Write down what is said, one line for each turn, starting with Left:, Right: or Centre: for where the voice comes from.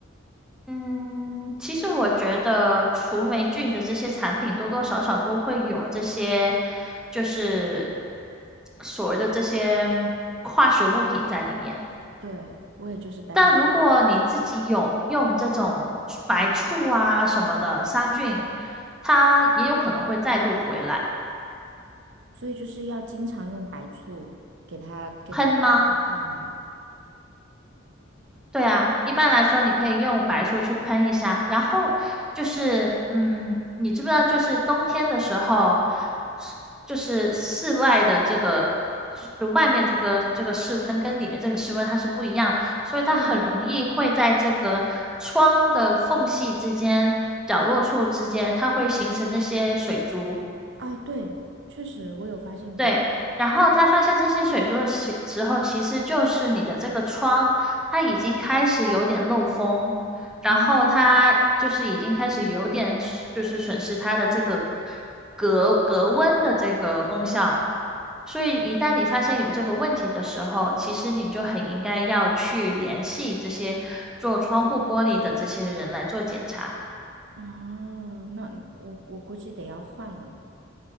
Centre: 嗯，其实我觉得除霉菌的这些产品多多少少都会有这些，就是所谓的这些化学物品在里面。
Right: 对，我也就是担心，
Centre: 但如果你自己有用这种白醋啊什么的杀菌，它也有可能会再度回来。
Right: 所以就是要经常用白醋给它给它喷一下嘛。
Centre: 喷吗？对啊，一般来说你可以用白醋去喷一下，然后就是，嗯，你知不知道，就是冬天的时候，就是室外的这个，就是外面这个这个室温跟里面这个室温它是不一样，所以它很容易会在这个窗的缝隙之间、
Right: 对啊，
Centre: 角落处之间，它会形成那些水珠。
Right: 啊对，确实我有发现过。
Centre: 对，然后他发现这些水珠的时时候，其实就是你的这个窗，它已经开始有点漏风，然后它就是已经开始有点损就是损失它的这个
Right: 嗯，
Centre: 隔隔温的这个功效。所以一旦你发现有这个问题的时候，其实你就很应该要去联系这些做窗户玻璃的这些人来做检查。
Right: 哦，那我我估计得要换了。